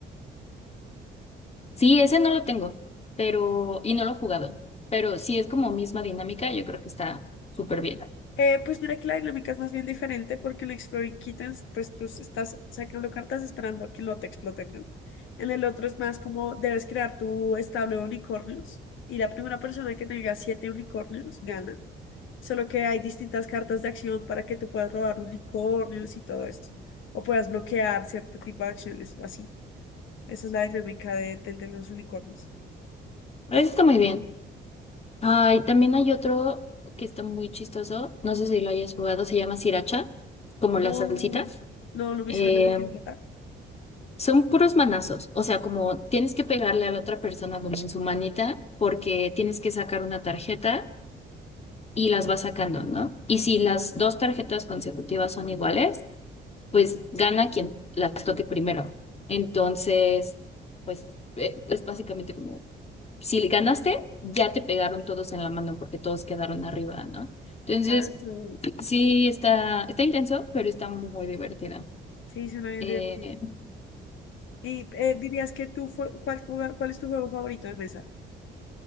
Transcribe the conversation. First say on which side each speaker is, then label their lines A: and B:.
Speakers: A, on the left (about 30°); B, on the left (about 80°).
A: sí, ese no lo tengo, pero y no lo he jugado, pero sí es como misma dinámica, yo creo que está súper bien.
B: Eh, pues mira que la dinámica es más bien diferente porque en Exploring Kittens, pues tú estás sacando cartas esperando a que no te exploten, ¿no? En el otro es más como debes crear tu establo de unicornios y la primera persona que tenga siete unicornios gana. Solo que hay distintas cartas de acción para que tú puedas robar unicornios y todo esto. O puedas bloquear cierto tipo de acciones o así. Esa es la dinámica de, del de los unicornios.
A: Eso está muy bien. Ay, también hay otro que está muy chistoso, no sé si lo hayas jugado, se llama sriracha, como
B: No,
A: la salsita.
B: no, no me
A: Eh,
B: suena de qué tratar.
A: son puros manazos, o sea, como tienes que pegarle a la otra persona como en su manita, porque tienes que sacar una tarjeta y las vas sacando, ¿no? Y si las dos tarjetas consecutivas son iguales, pues gana quien las toque primero. Entonces, pues eh, es básicamente como, si ganaste, ya te pegaron todos en la mano porque todos quedaron arriba, ¿no? Entonces,
B: Ah, no.
A: sí, está, está intenso, pero está muy divertido.
B: Sí, suena bien
A: Eh,
B: divertido. Y eh, dirías que tú, fue- ¿cuál, fue- cuál es tu juego favorito de mesa?